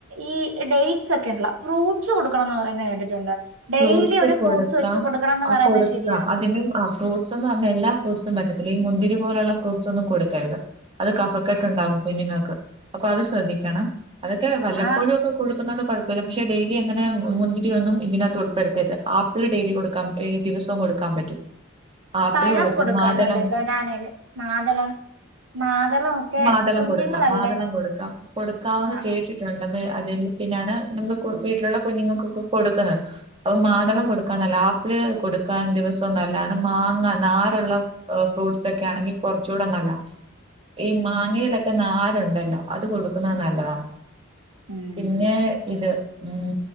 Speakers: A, on the right; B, on the right.
A: ഈ ഡെയ്ഡ്സ് ഒകെണ്ട്ലൊ ഫ്രൂഡ്സ് കൊടുക്കണംന്ന് പറയുന്നത് കേട്ടിട്ടുണ്ട്. ഡെയിലി
B: ഫ്രൂഡ്സ്
A: ഒരു
B: കൊട്ക്കാം.
A: ഫ്രൂട്ട്സ് വെച്ച് കൊടുക്കണംന്ന്
B: അഹ്
A: പറയുന്നത്
B: കൊടുക്കാം
A: ശരിയാണോ
B: അതിനും ആഹ് ഫ്രൂ സുംന്ന് പർഞ്ഞാ എല്ലാ ഫ്രൂഡ്സും പറ്റത്തില്ല. ഈ മുന്തിരി പോലൊള്ള ഫ്രൂഡ്സൊന്നും കൊട്ക്കരുത്. അത് കഫക്കെട്ട്
A: ആഹ്
B: ണ്ടാക്കും കുഞ്ഞുങ്ങക്ക്. അപ്പൊ അത് ശ്രദ്ധിക്കണം. അതൊക്കെ വല്ലപ്പോഴും
A: ആഹ്
B: കൊടുന്നോണ്ട് കൊഴപ്പല്ല. പക്ഷെ ഡെയ്ലി അങ്ങനെ മുന്തിരി ഒന്നും ഇതിനാത്ത് കൊടുക്കരുത്. ആപ്പിൾ ഡെയ്ലി കൊടുക്കാം. ഏഹ് ദിവസൊം കൊടുക്കാം പറ്റും. ആപ്പിള്
A: പഴം
B: കൊടുക്കാം
A: കൊടുക്കാല്ലൊ
B: മാതളം
A: അല്ലെ. ബനാനേല്, മാതളം മാതളം ഒക്കെ
B: മാതളം
A: കുഞ്ഞുങ്ങളല്ലേ
B: കൊട്ക്കാം. മാതളം കൊടുക്കാം. കൊടുക്കാവെന്ന്
A: ആഹ്
B: കേട്ടി... ട്ടുണ്ട്. ത് അതിൽ പിന്നാണ് നമ്മള് വീട്ട്ലുള്ള കുഞ്ഞുങ്ങൾക്കൊക്കെ കൊടുക്കുന്നത്. അപ്പൊ മാതളം
A: ഉം
B: കൊടുക്കാൻ നല്ലാ. ആപ്പിള് കൊടുക്കാൻ ദിവസൊംന്നല്ലാണ്. മാങ്ങ നാരുള്ള ഏഹ് ഫ്രൂട്ട് സൊക്കെ ആണെങ്കി കൊർച്ചൂടെ നല്ലാ. ഈ
A: ഉം
B: മാങ്ങയിലൊക്കെ നാരുണ്ടല്ലൊ അത് കൊടുക്കുന്നത്
A: ഉം
B: നല്ലതാണ്.
A: ഉം
B: പിന്നെ പിന്നേ ഇത് ഉം